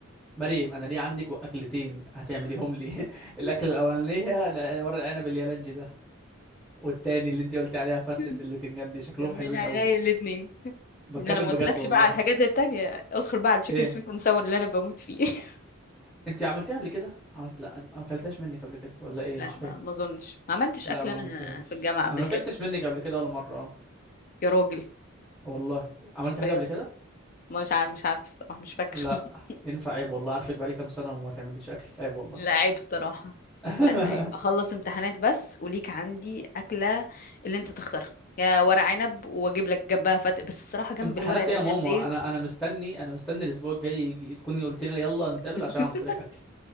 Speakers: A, in the centre; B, on the left.
A: مريم انا ليه عندك اكلتين هتعمليهم لي <laughs> الاكله الاولانيه ل- ورق عنب اليالنجي ده والتاني اللي انت قلتي عليها فتة
B: <laughs>
A: البتنجان دي شكلهم
B: من
A: حلوين
B: عينيا
A: قوي
B: الاتنين
A: بتكلم
B: ده انا ما قلتلكش
A: بجد والله
B: بقى على الحاجات التانية ادخل بقى على التشيكن
A: ايه
B: سويت اند ساور اللي انا بموت فيه <laughs>
A: انت عملتيها قبل كده عملت... لا ما اكلتهاش منك قبل كده ولا ايه
B: لا
A: مش فاكر
B: ما ما اظنش ما عملتش
A: لا
B: اكل
A: ما
B: انا
A: عملتهاش
B: في الجامعة قبل
A: انا ما اكلتش
B: كده
A: منك قبل كده ولا مره اه
B: يا راجل
A: والله عملت
B: بجد
A: حاجه قبل كده
B: مش عارف مش عارفه الصراحة مش فاكرة
A: لا
B: <laughs>
A: ينفع عيب والله عارفك بقالي كام سنه وما تعمليش اكل عيب والله
B: لا عيب الصراحة
A: <laughs>
B: لا لا عيب اخلص امتحانات بس وليك عندي اكلة اللي انت تختارها يا ورق عنب واجيب لك جنبها فت... بس الصراحة جنب
A: امتحانات
B: الورق العنب
A: ايه يا ماما
B: ديت
A: انا انا مستني انا مستني الاسبوع الجاي يجي- تكوني قلت لي يلا نتقابل
B: <laughs>
A: عشان عملت لك اكل